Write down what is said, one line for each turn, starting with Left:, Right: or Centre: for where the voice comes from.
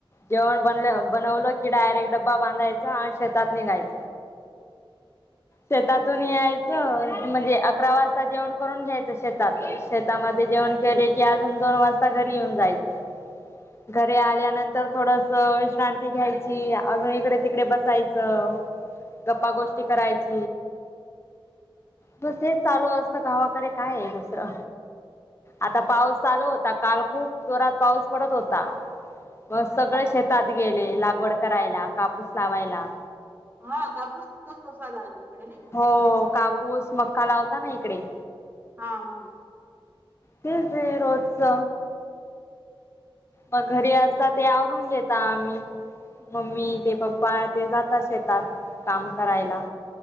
Left: जेवण बनले बनवलं की डायरेक्ट डब्बा बांधायच आणि शेतात निघायच शेतातून यायचं म्हणजे अकरा वाजता जेवण करून घ्यायचं शेतातच शेतामध्ये जेवण केले की अजून दोन वाजता घरी येऊन जायचं घरी आल्यानंतर थोडस विश्रांती घ्यायची अजून इकडे तिकडे बसायचं गप्पा गोष्टी
Right: हा
Left: करायची बस हेच चालू असत गावाकडे काय आहे दुसरं आता पाऊस चालू होता. काल खूप जोरात पाऊस पडत होता. मग
Right: अरे
Left: सगळे
Right: वा
Left: शेतात गेले. लागवड करायला कापूस लावायला.
Right: हा कापूस पिकतो तस तर साधारण तिकडे नाही.
Left: हो कापूस मक्का, लावता ना इकडे
Right: हां हां
Left: तेच आहे. रोजच मग घरी असता ते आवरून घेता आम्ही मम्मी ते पप्पा ते जाता शेतात काम करायला